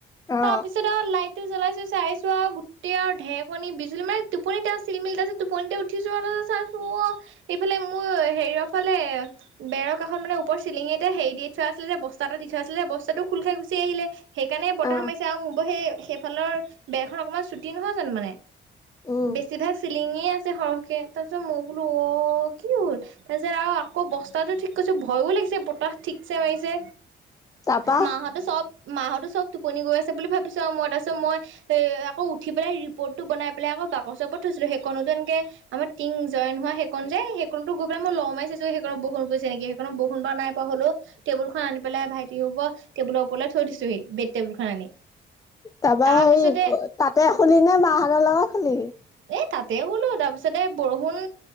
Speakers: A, on the left (about 15°); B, on the right (about 75°).
A: অ
B: তাৰ পিছত আৰু লাইটটো জ্বলাইছো। চাইছো আৰু গোটেই আৰু ঢেৰকনী বিজুলী মানে টোপনিতে আৰু চিলমিলি টোপনিতে উঠিছোৱা আৰু চাইছো টো সিফালে মোৰ হেৰিয়ৰ ফালে বেৰকাখন মানে ওপৰ চিলিঙতে হেৰি দি থোৱা। আছিলে যে, বস্তাটো দি থৈ আছিলে যে বস্তাটো খোল খাই গুচি আহিলে সেইকাৰণে সোমাইছে
A: অ
B: আৰু মোৰ সেই সেইফালৰ বেৰখন অকণমান ছুটি নহয় জানো মানে
A: উম
B: বেছিভাগ চ লিঙি আছে সৰহকে তাৰ পিছত মই বোলো অ', কি হ'ল তাৰপিছত আৰু আকৌ বস্তা টো ঠিক কৈছ ভয় লাগি বতাহ ঠিক মাৰি
A: তাৰপা
B: মাহ মাহ টোপনি গৈ আছে বুলি ভাবিছো, মই তাৰপছত মই এ আকৌঠিেলাই ৰিপৰ্টটো বনাই পেলাই আকৌ বাকচৰ থ <unintelligible> সেইকনো এনেক আম টিং জইন হোৱা সেন যে সেকতো গৈ পেলাই মই লমাইছো সেইক নেকি সেইখন বাৰু বাৰ নাই পা হলো টেবুলখন আনি পেলাই ভাইি হব টেবুল ওৰ থ দিছোহি বে টেবুল খন আনি
A: তাৰপা
B: তাৰপিছতে
A: হেৰি তাতে শুলি নে মাহঁতৰ লগত শুলিহি।
B: এ তাতে শুলো তাৰ পিছতে বৰষুণ